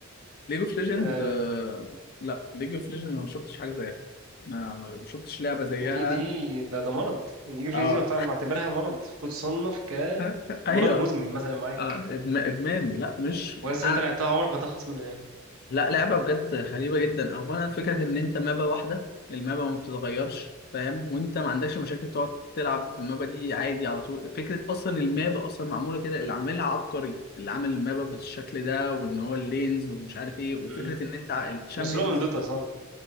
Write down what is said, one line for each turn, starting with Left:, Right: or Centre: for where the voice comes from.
Left: ليج اوف ليجند
Right: ثلاثة
Left: آه، لا ليج اوف ليجند ما شفتش حاجه زيها ما ما شفتش لعبه زيها
Right: دي دي ده ده مرض النيوروجينيزي
Left: اه
Right: أنا بعتبرها مرض المفروض تصنف
Left: <laughs>
Right: كمرض
Left: ايوه
Right: مزمن مثلا معاك
Left: اه إدم- ادمان لا مش
Right: وانس
Left: انا
Right: انت لعبتها عمرك ما تخلص منها يعني
Left: لا لعبة بجد غريبة جدا أولا فكرة إن أنت مابا واحدة المابا ما بتتغيرش فاهم وأنت ما عندكش مشاكل تقعد تلعب في المابا دي عادي على طول فكرة أصلا المابا أصلا معمولة كده اللي عاملها عبقري اللي عامل المابا بالشكل ده وإن هو اللينز ومش عارف إيه وفكرة
Right: امم
Left: إن أنت ع- الشامبيونز
Right: مسروقة من دوتا صعب